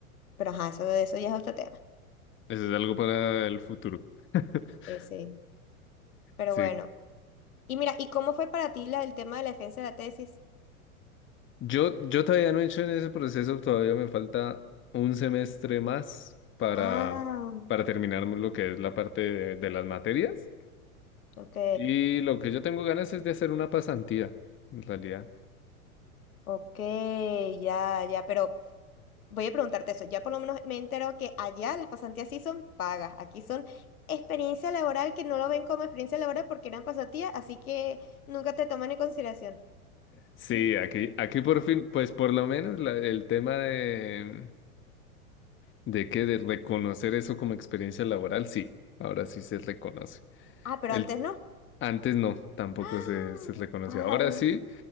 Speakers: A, on the left; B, on the left.
A: pero ajá, eso, de eso ya es otro tema.
B: Eso es algo para el futuro. <laughs>
A: Sí, sí, pero
B: Sí.
A: bueno. Y mira, ¿y cómo fue para ti la, el tema de la defensa de la tesis?
B: Yo, yo todavía no he hecho en ese proceso, todavía me falta un semestre más para,
A: Ah,
B: para terminar lo que es la parte de, de las materias.
A: ok.
B: Y lo que yo tengo ganas es de hacer una pasantía, en realidad.
A: Ok, ya, ya, pero voy a preguntarte eso. Ya por lo menos me entero que allá las pasantías sí son pagas, aquí son experiencia laboral que no lo ven como experiencia laboral porque eran pasantías, así que nunca te toman en consideración.
B: Sí,
A: Mm.
B: aquí, aquí por fin, pues por lo menos la- el tema de, de que de reconocer eso como experiencia laboral, sí, ahora sí se reconoce.
A: Ah, pero
B: El,
A: antes no.
B: antes no, tampoco
A: ¡Ah!
B: se, se reconocía.
A: Ay,
B: Ahora sí,